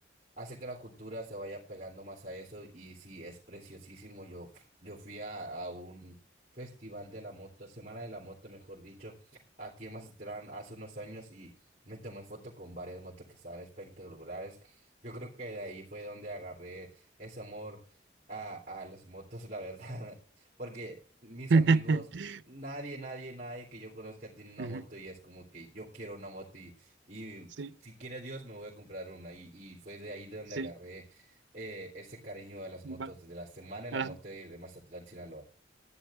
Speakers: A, on the right; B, on the right.
A: hace que la cultura se vaya pegando más a eso y sí, es preciosísimo. Yo, yo fui a, a un festival de la moto, Semana de la Moto, mejor dicho, aquí en Mazatlán hace unos años y me tomé foto con varias motos que estaban espectaculares. Yo creo que de ahí fue donde agarré ese amor a, a las motos, la verdad, <laughs> porque mis
B: <laughs>
A: amigos, nadie, nadie, nadie que yo conozca tiene una
B: Ujú,
A: moto y es como que yo quiero una moto y
B: Sí,
A: si quiere Dios, me voy a comprar una. Y, y fue de ahí de donde
B: sí.
A: agarré eh, ese cariño a las motos
B: va-
A: de la semana y la
B: a
A: moto
B: la-
A: de de Mazatlán, Sinaloa.